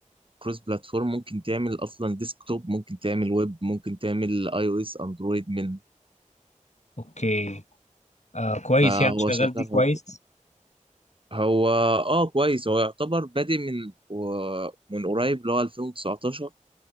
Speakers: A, on the right (about 40°); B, on the left (about 60°).
A: كروس بلاتفورم ممكن تعمل اصلا ديسكتوب ممكن تعمل ويب ممكن تعمل اي او اس اندرويد من
B: اوكي آه. كويس
A: فهو
B: يعني شغال
A: شغال
B: دي كويس
A: هو هو اه كويس هو يعتبر بادئ من و- من قريب اللي هو 2019